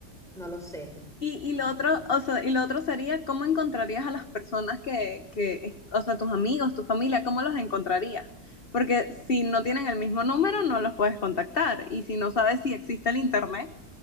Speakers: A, in the centre; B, on the left.
A: No lo sé.
B: Y, y lo otro, o sea, y lo otro sería cómo encontrarías a las personas que, que, es- o sea, tus amigos, tu familia, ¿cómo los encontrarías? Porque si no tienen el mismo número, no los puedes contactar. Y si no sabes si existe el internet,